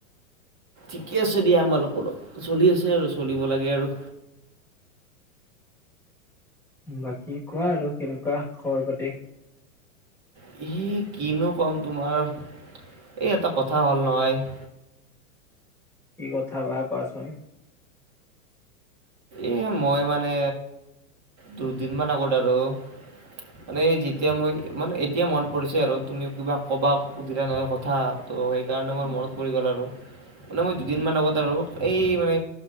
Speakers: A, on the right (about 35°); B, in the centre.
A: ঠিকে আছে দিয়া আমাৰত চলি আছে আৰু চলিব লাগে আৰু।
B: বাকী কোৱা আৰু কেনেকুৱা খবৰ পাতি?
A: সি কিনো কম তোমাৰ এই এটা কথা হ'ল নহয়। <inaudible>
B: কি কথা বা কোৱাচোন?
A: এ মই মানে দুদিন মান আগত আৰু মানে যেতিয়া মই মানে এতিয়া মন পৰিছে আৰু তুমি কিবা ক'বা সুধিলা নহয় কথা ত সেইকাৰণে মোৰ মনত পৰি গ'ল আৰু। মানে মই দুদিন মান আগত আৰু এই মানে